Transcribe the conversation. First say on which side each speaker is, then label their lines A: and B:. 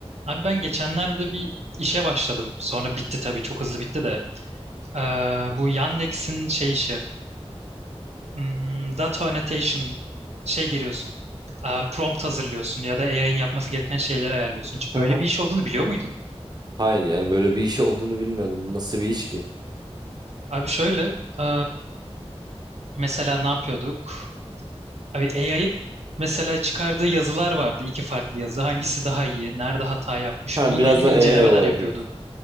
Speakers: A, on the right; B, on the right.
A: Abi ben geçenlerde bir işe başladım. Sonra bitti tabii çok hızlı bitti de. Ee, bu Yandex'in şey işi. hmm, data annotation şey giriyorsun. Ee, prompt hazırlıyorsun ya da AI'ın yapması gereken şeyleri ayarlıyorsun. Hiç
B: Aha.
A: böyle bir iş olduğunu biliyor muydun?
B: Hayır yani böyle bir iş olduğunu bilmiyordum. Bu Nasıl bir iş ki?
A: Abi şöyle ee, mesela ne yapıyorduk? Abi AI'yı mesela çıkardığı yazılar vardı. iki farklı yazı. Hangisi daha iyi? Nerede hata yapmış?
B: Ha,
A: Bununla
B: biraz
A: ilgili
B: da AI
A: incelemeler
B: olarak
A: yapıyorduk.
B: eğitim.